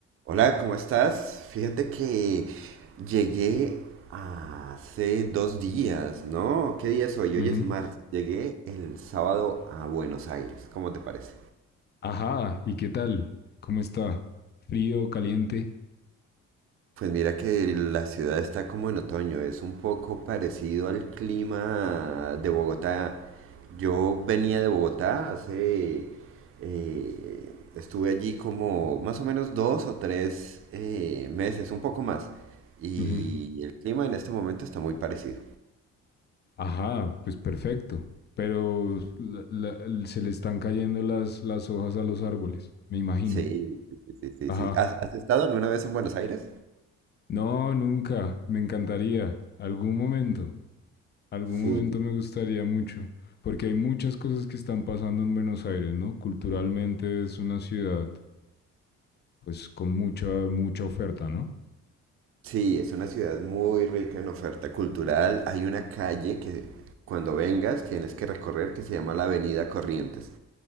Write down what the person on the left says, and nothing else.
Ujú.
Ajá, ¿y qué tal? ¿Cómo está? ¿Frío, caliente?
Ujú.
Ajá, pues perfecto. Pero la- la- el- se le están cayendo las, las hojas a los árboles, me imagino.
Ajá.
No, nunca. Me encantaría. Algún momento. Algún
momento me gustaría mucho. Porque hay muchas cosas que están pasando en Buenos Aires, ¿no? Culturalmente es una ciudad, pues, con mucha, mucha oferta, ¿no?